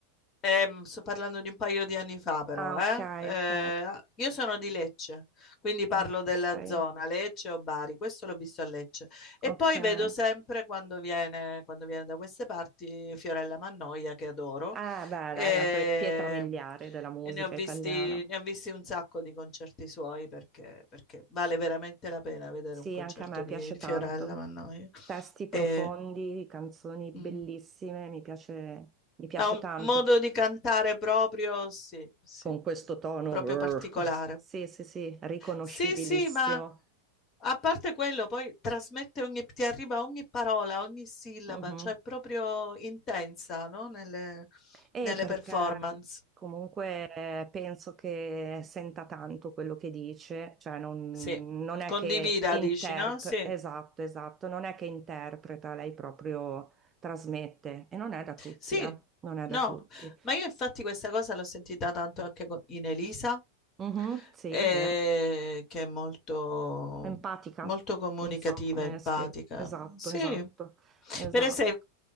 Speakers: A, on the left; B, on the right.
A: Ehm, sto parlando di un paio di anni fa, però,
B: Ah,
A: eh?
B: ok,
A: Eh,
B: ok,
A: ah, io sono di Lecce, quindi parlo
B: ok,
A: della zona Lecce o Bari. Questo l'ho visto a Lecce. E
B: ok.
A: poi
B: Eh,
A: vedo sempre quando viene, quando viene da queste parti Fiorella Mannoia, che adoro.
B: beh,
A: E,
B: lei è una pre- pietra miliare della musica
A: e ne ho visti,
B: italiana.
A: ne ho visti un sacco di concerti suoi perché, perché vale veramente la pena vedere
B: Sì,
A: un concerto
B: anche a me
A: di,
B: piace
A: di
B: tanto.
A: Fiorella Mannoia.
B: Testi profondi,
A: E,
B: canzoni bellissime,
A: mm.
B: mi piace, mi piace
A: Ha un
B: tanto.
A: modo di cantare proprio, sì, sì,
B: Con questo tono,
A: proprio
B: urr.
A: particolare.
B: <laughs> Sì, sì, sì, riconoscibilissimo.
A: Sì, sì, ma a parte quello, poi trasmette ogni, ti arriva ogni parola, ogni sillaba,
B: Mhm.
A: cioè è proprio intensa, no? Nelle,
B: E
A: nelle
B: perché
A: performance.
B: comunque eh, penso che senta tanto quello che dice, cioè non,
A: Sì,
B: non è
A: condivida,
B: che interpreta,
A: dici, no? Sì.
B: esatto, esatto, non è che interpreta, lei proprio trasmette e non è da tutti,
A: Sì,
B: eh, non è da
A: no,
B: tutti.
A: ma io infatti questa cosa l'ho sentita tanto anche co- in Elisa,
B: Mhm, sì,
A: eh,
B: è vero.
A: che è molto,
B: Empatica,
A: molto comunicativa,
B: non so come
A: empatica.
B: spiegare. Esatto,
A: Sì,
B: esatto, esatto.
A: per esempio